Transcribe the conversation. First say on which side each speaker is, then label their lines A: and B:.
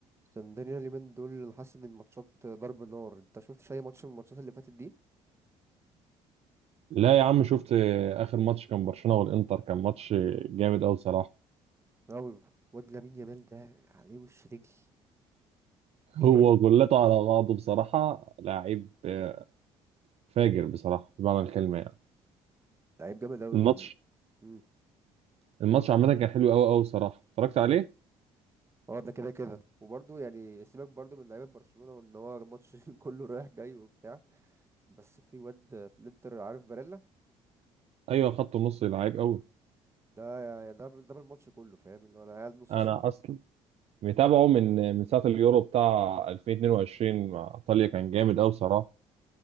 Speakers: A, on the right; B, on the right.
A: اسكندرية اليومين دول انا حاسس ان الماتشات ضرب نار انت شفتش اي ماتش من الماتشات اللي فاتت دي
B: لا يا عم شفت اخر ماتش كان برشلونه والانتر كان ماتش جامد قوي بصراحه
A: اوي واد لامين يامال ده عليه وش رجل
B: <laughs> هو
A: ايه ده
B: جولته على بعضه بصراحه لعيب آه، فاجر بصراحه بمعنى الكلمه يعني
A: لعيب جامد اوي
B: الماتش
A: وال- مم.
B: الماتش عامه كان حلو قوي قوي بصراحه اتفرجت عليه
A: اه ده كده كده وبرضه يعني سيبك برضه من لعيبه برشلونه وان هو الماتش <laughs> كله رايح جاي وبتاع بس في واد في الانتر عارف باريلا
B: ايوه خط النص لعيب قوي
A: ده يعني ده ده بالماتش كله فاهم اللي هو انا قاعد نص
B: انا
A: ست
B: اصلا متابعه من من ساعه اليورو بتاع 2022 مع ايطاليا كان جامد قوي بصراحه